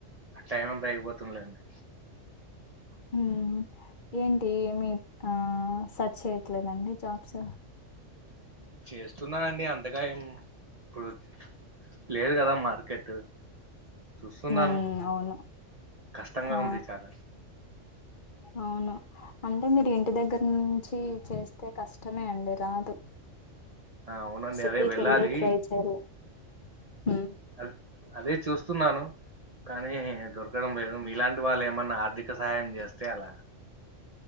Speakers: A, on the right; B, on the left.
A: టైం అంతా అయిపోతుంది లేండి
B: హ్మ్ ఏంటి ఏమి ఆ సర్చ్ చేయట్లేదండి జాబ్స్
A: చేస్తున్నా అండి అంతగా ఏం ఇప్పుడు లేదు కదా మార్కెటు చూస్తున్నాను
B: మ్మ్ అవును
A: కష్టంగా
B: ఆ
A: ఉంది చాలా
B: అవును అంటే మీరు ఇంటి దగ్గర నుంచి చేస్తే కష్టమే అండి రాదు
A: ఆ అవునండి
B: సిటీకెళ్ళి
A: అదే వెళ్ళాలి
B: ట్రై చేయలే హు
A: అది అదే చూస్తున్నాను కానీ దొరకడం లేదు మీలాంటి వాళ్ళేమన్నా ఆర్థిక సాయం చేస్తే అలా